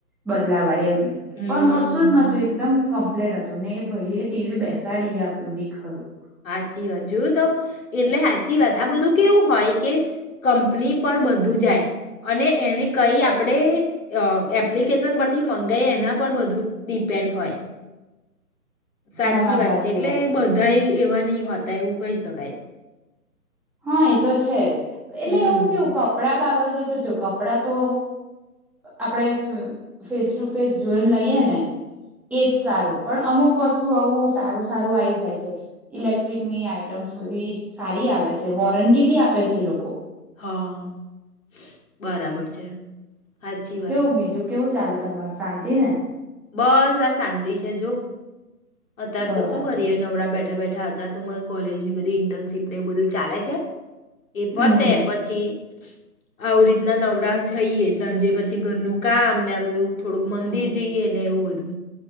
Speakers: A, in the centre; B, on the left (about 55°).
A: બદલાવાય એમ
B: હમ
A: પણ કશું જ નતું એકદમ કમ પપ્લેટ હતું ને એ ભાઈ એ ટીવી બે સાડી આપ્યું ભીખરું
B: સાાચી વાત જોયું ત એટલે હાચ સાચી વાત આ બધું કેવું હોય કે કંપની પર બધું જાય અને એને કઈ આપણે એપ્લ થી મંગાય એના પર બધું પેન્ડ હોય સાચી
A: ના ના
B: વાત છે એટલે
A: છે
B: બધા એવા નહ હોતા એવું કહી શકાય
A: હા એ તો છે એટલે
B: હમ
A: એવું કેવું કપડા બા બધે તો જો કપડાં તો આપણે ફેસ ટુ ફેસ જોઈને લઈએ ને એજ સારું પણ અમુક વસ્તુ આવું સારું સારું આવીઈ જાય છે ઇલેક્ટ્રિકની આઈટમ્સ બધી સારી આવે છે વોરંટી બી આપે છે એ લોકો
B: હા બરાબર છે હચી વાત
A: કેવું બીજું કેવું ચાલે તમાર શાંતિ ને
B: બસ આ શાંતિ છે જો અતાર
A: બરાબર
B: તો શું કરીએ નવરા બેઠા બેઠા હતા ત ત તમામર કોલેજ ની બધ ઇન્ટર્નશી ને એવ બધુંા છે છે એ પતે
A: હમ
B: પછી આવ રીતના નવરા જઈએ સાંજે પછી ઘરનું કામને આ બધું થોડુંક મંદિર
A: હમ
B: જઈએ ને એવું બધું